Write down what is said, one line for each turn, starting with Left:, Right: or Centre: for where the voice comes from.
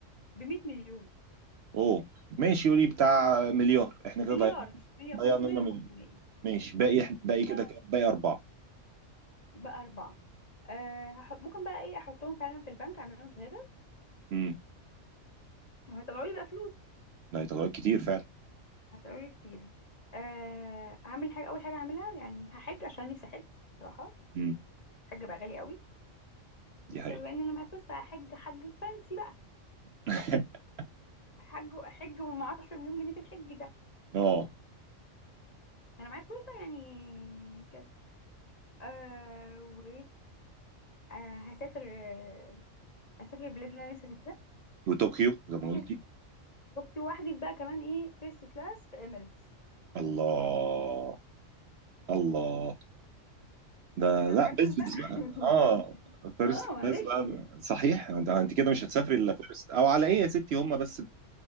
Left: ب 100 مليون
Right: اوه ماشي قولي بتاع مليار احنا كده
Left: مليار
Right: ضيعنا
Left: مليار
Right: ضيعنا
Left: 500
Right: لنا مليون
Left: و500
Right: ماشي باقي إحنا- باقي كده
Left: ده
Right: كام باقي اربعه
Left: بقى اربعه آه هحط- ممكن بقى ايه احطهم فعلا في البنك اعمل لهم شهاده
Right: امم
Left: وهيطلعوا لي بقى فلوس
Right: لا يطلعوا كتير فعلا
Left: هيطلعوا لي كتير آه اعمل حاجه اول حاجه اعملها يعني هحج عشان نفسي احج بصراحه
Right: امم
Left: الحج بقى غالي قوي
Right: دي
Left: بس
Right: حقيقه
Left: بما ان انا معايا فلوس فهحج حج فانسي بقى
Right: <laughs>
Left: حج حج وما 10 مليون جنيه في الحج ده ما
Right: اه
Left: انا معايا فلوس بقى يعني كده آه و آه هسافر آه هسافر البلاد اللي انا نفسي اسافرها
Right: وطوكيو زي ما
Left: هحجز
Right: قلتي
Left: اوكي واحجز بقى كمان ايه فيرست كلاس في اميريتس
Right: الله الله ده
Left: انا
Right: لا
Left: معايا فلوس
Right: بزبز
Left: بقى
Right: بقى اه
Left: <laughs>
Right: فيرست
Left: اه معلش
Right: كلاس بقى صحيح انت انت كده مش هتسافري الا فيرست او على ايه يا ستي هم بس ب-